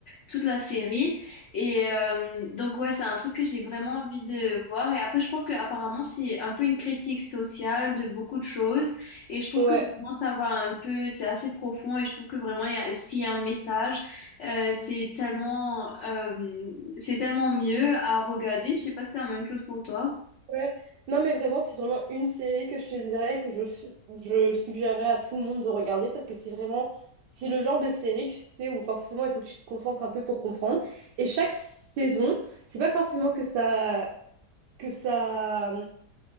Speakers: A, on the left; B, on the right.
A: toute la série et euh, donc ouais c'est un truc que j'ai vraiment envie de voir et après je pense que apparemment c'est un peu une critique sociale de beaucoup de choses et je trouve
B: Ouais.
A: que vraiment ça va un peu, c'est assez profond et je trouve que vraiment il y a- s'il y a un message, euh, c'est tellement, euh, c'est tellement mieux à regarder. Je sais pas si c'est la même chose pour toi.
B: Ouais. Non, mais vraiment, c'est vraiment une série que je te dirais que je, su- je suggérerais à tout le monde de regarder parce que c'est vraiment, c'est le genre de série, tu sais, où forcément il faut que tu te concentres un peu pour comprendre. Et chaque saison, c'est pas forcément que ça, que ça